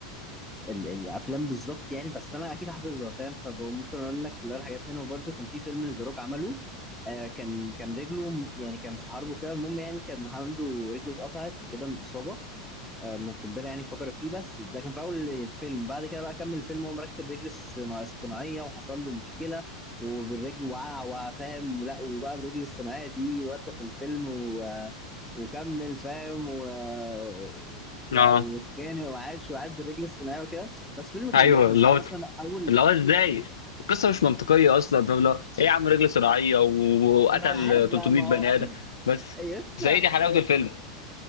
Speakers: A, in the centre; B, on the left (about 65°).
A: ال- الافلام بالظبط يعني بس انا اكيد حافظها فاهم فممكن اقول لك اللي هو الحاجات منهم برضه كان في فيلم ذا روك عمله آه كان كان رجله م- يعني كان في حرب وكده المهم يعني كان عنده رجله اتقطعت وكده من اصابه آه، من قنبله يعني فقرت فيه بس ده كان في اول فيلم بعد كده بقى كمل الفيلم وهو مركب رجل صنا- اصطناعيه وحصل له مشكله وبالرجل وقع وفاهم ولا وبقى بالرجل الصناعيه دي ودى في الفيلم و... وكمل فاهم و... و...
B: اه
A: واتخانق وعاش وقعد بالرجل الصناعيه وكده بس الفيلم كان
B: ايوه
A: جامد
B: اللي
A: بس انا
B: هو
A: اصلا اول
B: اللي هو ازاي القصه مش منطقيه اصلا فاهم اللي هو ايه يا عم رجل صناعيه و- وقتل
A: ما انا عارف ده
B: 300
A: ما هو
B: بني
A: اكيد
B: ادم بس
A: يس
B: بس هي دي حلاوه الفيلم